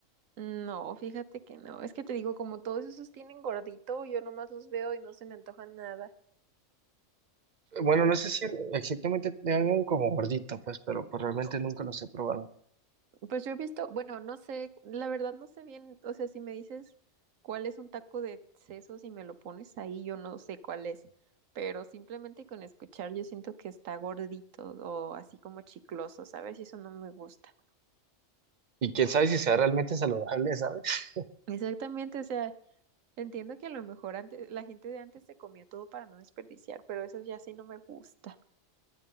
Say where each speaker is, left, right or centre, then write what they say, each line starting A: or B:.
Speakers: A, on the right (about 80°); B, on the right (about 45°).
A: No, fíjate que no. Es que te digo, como todos esos tienen gordito, yo nomás los veo y no se me antoja nada.
B: Bueno, no sé si exactamente algo como gordito, pues, pero pues realmente nunca los he probado.
A: Pues yo he visto, bueno, no sé, la verdad no sé bien, o sea, si me dices cuál es un taco de sesos y me lo pones ahí, yo no sé cuál es. Pero simplemente con escuchar yo siento que está gordito o así como chicloso, ¿sabes? Y eso no me gusta.
B: Y quién sabe si sea realmente saludable, ¿sabes?
A: Exactamente, o sea, Entiendo que a lo mejor antes, la gente de antes se comía todo para no desperdiciar, pero eso ya sí no me gusta.